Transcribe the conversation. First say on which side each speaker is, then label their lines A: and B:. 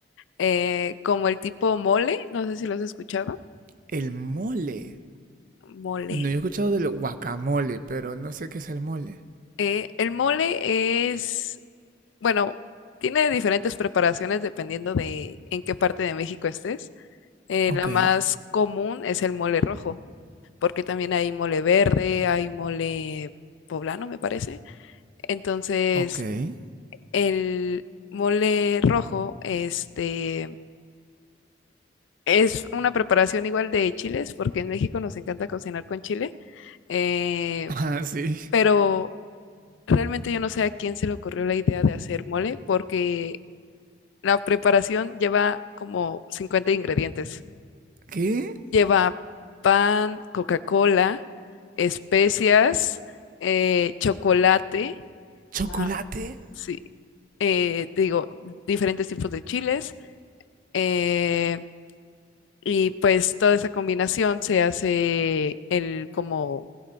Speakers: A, on the left; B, on the right.
A: eh, como el tipo mole, no sé si lo has escuchado.
B: El mole.
A: Mole.
B: No, yo he escuchado del guacamole, pero no sé qué es el mole.
A: Eh, el mole es Bueno, tiene diferentes preparaciones dependiendo de en qué parte de México estés. Eh,
B: Ok,
A: la más común es el mole rojo, porque también hay mole verde, hay mole poblano, me parece. Entonces,
B: ok. <laughs>
A: el mole rojo, este, es una preparación igual de chiles, porque en México nos encanta cocinar con chile, eh,
B: Ah, sí.
A: pero realmente yo no sé a quién se le ocurrió la idea de hacer mole, porque La preparación lleva como 50 ingredientes.
B: ¿Qué?
A: Lleva pan, Coca-Cola, especias, eh, chocolate,
B: ¿Chocolate?
A: Ah, sí, eh, te digo, diferentes tipos de chiles. eh, y pues toda esa combinación se hace el como,